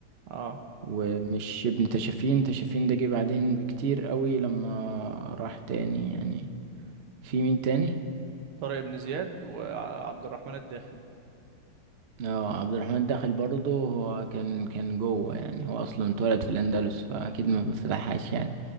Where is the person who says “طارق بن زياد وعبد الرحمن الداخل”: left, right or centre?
Right